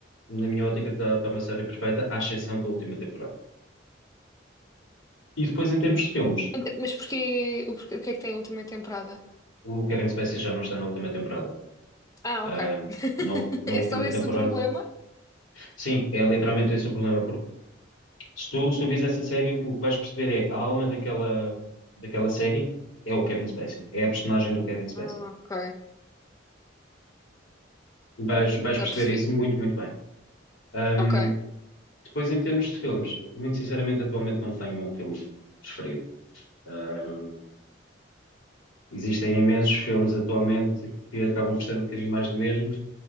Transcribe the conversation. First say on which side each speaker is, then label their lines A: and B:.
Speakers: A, on the left; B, on the left.
A: na minha ótica, está uma série perfeita, à exceção da última temporada. E depois, em termos de filmes,
B: Ent- Mas porquê, o, porquê- o que é que tem a última temporada?
A: o Kevin Spacey já não está na última temporada.
B: Ah,
A: Ah,
B: ok. <laughs>
A: na, ul- na
B: É
A: última
B: só esse
A: temporada,
B: o problema?
A: sim, é literalmente esse o problema, porque se tu, se tu vês essa série, o que vais perceber é a alma daquela, daquela série é o Kevin Spacey, é a personagem do Kevin Spacey.
B: Ah, ok,
A: Vais, vais
B: já
A: perceber
B: percebi.
A: isso muito, muito bem. Ahm,
B: Ok.
A: depois, em termos de filmes, muito sinceramente, atualmente não tenho um filme preferido. Ahm, existem imensos filmes atualmente que acabam por ser um bocadinho mais do mesmo.